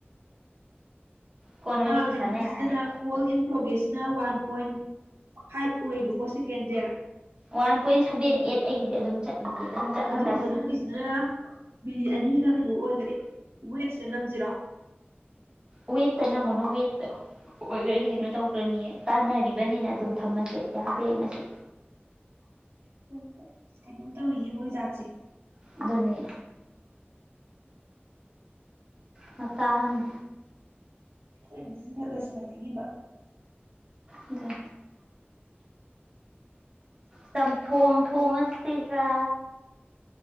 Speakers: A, on the right; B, on the right.
A: ꯐꯣꯟ ꯋꯥꯔꯤꯁꯤ
B: ꯑ ꯀꯩꯅ
A: ꯁꯥꯟꯅ
B: ꯅꯧꯁꯇ
A: ꯌꯥꯔꯦ
B: ꯀꯜ ꯏꯟ ꯄ꯭ꯔꯣꯒ꯭ꯔꯦꯁꯁꯤꯅ ꯋꯥꯟ ꯄꯣꯏꯟ ꯐꯥꯏꯚ ꯑꯣꯏꯌꯦꯕꯀꯣ ꯁꯦꯀꯦꯟꯁꯦ
A: ꯋꯥꯟ ꯄꯣꯏꯟ ꯁꯚꯦꯟ ꯑꯩꯠ ꯑꯩꯒꯤꯗꯤ ꯑꯗꯨꯝ ꯆꯠꯂꯒꯤ ꯑꯗꯨꯝ ꯆꯠꯍꯜꯂꯁꯤ
B: ꯑꯗꯨꯒ ꯃꯅꯨꯡꯒꯤꯁꯤꯅ ꯃꯤꯅꯤꯠ ꯑꯅꯤꯒ ꯀꯩꯅꯣ ꯑꯣꯏꯈꯔꯦ ꯋꯦꯞꯁꯇ ꯅꯝꯁꯤꯔꯣ
A: ꯎ ꯌꯦ ꯇ ꯅ ꯃꯨ ꯌꯦ ꯑꯣꯏꯈ꯭ꯔꯗꯤ ꯀꯩꯅꯣ ꯇꯧꯈ꯭ꯔꯅꯤꯌꯦ ꯇꯥꯟꯅꯔꯤꯕꯅꯤꯅ ꯑꯗꯨꯝ ꯊꯝꯃꯁꯦ ꯌꯥꯕ꯭ꯔꯥ ꯌꯦꯡꯉꯁꯦ
B: ꯍꯣꯏ ꯍꯣꯏ ꯀꯩꯅꯣꯝ ꯇꯧꯏꯌꯦ ꯃꯣꯏ ꯖꯥꯠꯁꯦ
A: ꯑꯗꯨꯅꯤ ꯃꯇꯥꯡ
B: ꯈꯠꯂꯁꯤ ꯂꯩꯅꯤꯡꯈꯤꯕꯕ
A: ꯑꯗꯨ ꯆꯝꯊꯣꯡ ꯊꯣꯡ ꯑꯁꯤꯒ